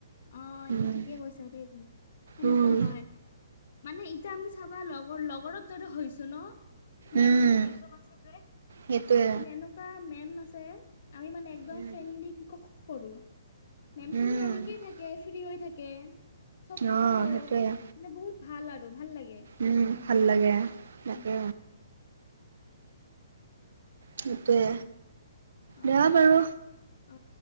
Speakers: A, on the left (about 55°); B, on the right (about 70°).
A: অ এইটো
B: উম
A: ঠিকেই কৈছা দেই তুমি সেনেকুৱা
B: উম
A: হয় মানে এতিয়া আমি চাবা লগৰ লগৰৰ দৰে হৈছো ন মেম
B: উম
A: খিনি একদম আছে যে
B: সেইটোৱে
A: মানে এনেকুৱা মেম আছে আমি মানে একদম
B: উম
A: ফ্ৰেণ্ডলি কি কৰো মেম খিনি
B: উম
A: এনেকেই থাক কে ফ্ৰী হৈ থাকে চব কথা
B: অ
A: কওঁ
B: সেইটোৱে
A: মানে বহুত ভাল আৰু ভাল লাগে
B: উম ভাল লাগে তাকে
A: উম
B: সেইটোৱে
A: অ
B: দিয়া বাৰু
A: অ